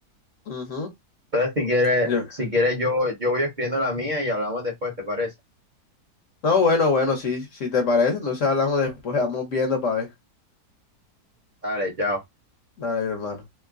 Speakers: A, on the left; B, on the right.
A: ujú,
B: Entonces si quieres,
A: yo-
B: si quieres yo, yo voy escribiendo la mía y hablamos después, ¿te parece?
A: No, bueno, bueno, sí, si te parece, entonces hablamos después, vamos viendo para ver.
B: Dale, chao.
A: Dale, mi hermano.